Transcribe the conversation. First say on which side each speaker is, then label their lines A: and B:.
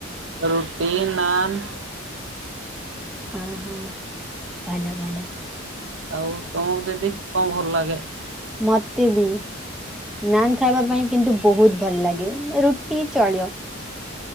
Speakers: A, on the right; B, in the centre.
A: ରୁଟି, ନାନ୍।
B: ଆହା ଭଲ ଭଲ।
A: ଆଉ ତମକୁ ଦିଦି କଣ ଭଲ ଲାଗେ?
B: ମତେ ବି ନାନ୍ ଖାଇବା ପାଇଁ କିନ୍ତୁ ବୋହୁତ୍ ଭଲ ଲାଗେ ରୁଟି ଚଳବ।